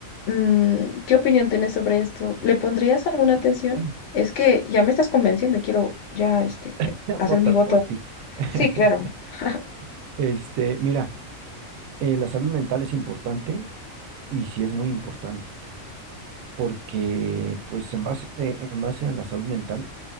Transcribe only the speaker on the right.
<clears throat> Mm.
<laughs>
Votar
por ti. <laughs>
Este, mira, eh, la salud mental es importante y sí es muy importante, porque pues en base, en base a la salud mental,